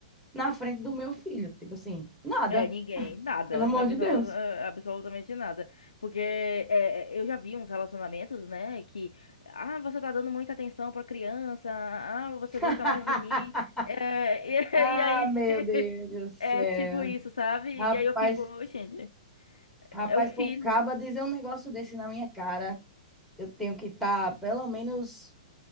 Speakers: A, in the centre; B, on the left.
A: na frente do meu filho? Tipo assim, nada,
B: É, ninguém, nada,
A: pelo amor
B: absol-
A: de Deus.
B: ah, absolutamente nada. Porque é, é, eu já vi uns relacionamentos, né, que, ah, você tá dando muita atenção pra criança, ah, você
A: <laughs>
B: gosta mais de mim, é, <laughs>
A: Ah,
B: e, e aí,
A: meu
B: ti-
A: Deus do céu.
B: é tipo isso, sabe?
A: Rapaz,
B: E aí eu fico, gente,
A: rapaz,
B: é o filho.
A: pro caba dizer um negócio desse na minha cara, eu tenho que estar pelo menos